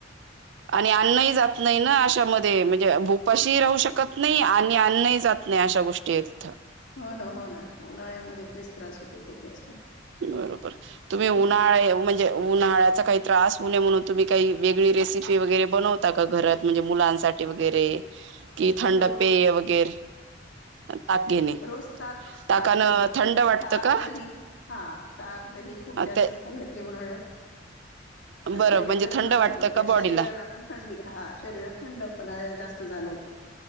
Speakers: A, on the right (about 65°); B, on the left (about 75°).
A: आणि आणन्नही जात नाही ना अशामध्ये म्हणजे भूपाशी राहू शकत नाही आणि अन्नही जात नाही अशा गोष्टी आहे तिथं.
B: हो ना हो ना उन्हाळ्यामध्ये तेच त्रास होते खूप जास्त.
A: बरोबर तुम्ही
B: हम्म
A: उन्हाळे म्हणजे उन्हाळ्याचा काही त्रास होवु नये म्हणून तुम्ही काही वेगळी रेसिपी वगैरे बनवता का घरात म्हणजे मुलांसाठी? वगैरे कि थंड
B: रोज
A: पेय वगैरे ताक घेणे
B: रोज ताक,
A: ताकानं
B: ताक पिणे
A: थंड वाटतं
B: ताक,
A: का
B: दही
A: हा
B: हा ताक दही खूप जास्त
A: ते
B: खाल्लं की उन्हाळ्यात
A: बरं
B: तेवढी
A: म्हणजे
B: गर्मी
A: थंड
B: जाणवत
A: वाटतं
B: नाही
A: का
B: शरीराला
A: बॉडीला
B: पण थंडी हा शरीरात थंड पण जास्त जाणवतोय.